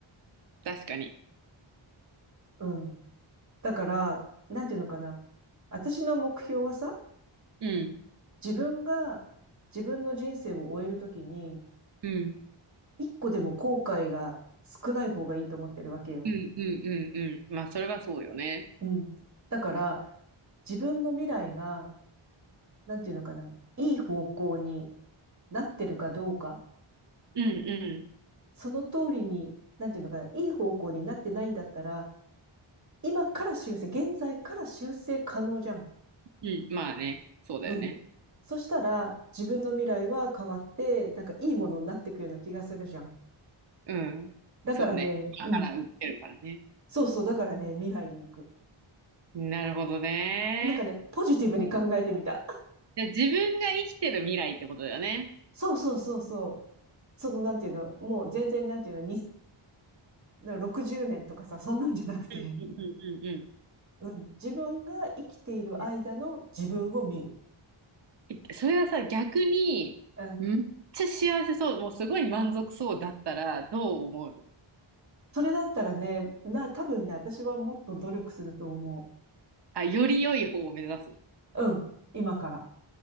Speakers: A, on the right; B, on the right.
A: 確かに。
B: うん。だから、なんていうのかな。私の目標はさ、
A: うん。
B: 自分が自分の人生を終えるときに、
A: うん。
B: 一個でも後悔が少ない方がいいと思ってるわけよ。
A: うんうんうんうん。まあ、それはそうよね。
B: うん。だから、自分の未来が、なんていうのかな、いい方向になってるかどうか、
A: うんう
B: その通りに、なんていうのかな、いい方向になってないんだったら、今から修正、現在から修正可能じゃん。
A: ん。うん。まあね。そうだよね。
B: うん。そしたら、自分の未来は変わって、なんかいいものになっていくような気がするじゃん。
A: うん。
B: だからね、
A: そうね。今から受けるからね。
B: うん。そうそう、だからね、未来に行く。
A: なるほどね。
B: なんかね、ポジティブに考えてみた。
A: で自分が生きてる未来ってことだよね。
B: そうそうそうそう。その、なんていうの、もう全然、なんていうの、2060年とかさ、そんなんじゃなくて、
A: うんうんうんうん
B: <laughs> うん。自分が生きている間の自分を見る。
A: うん。えそれはさ、逆に、
B: うん。
A: めっちゃ幸せそう、もうすごい満足そうだったら、どう思うの
B: それだったらね、な、多分ね、私はもっと努力すると思
A: あ、より良い方を目指す。
B: う。うん。今から。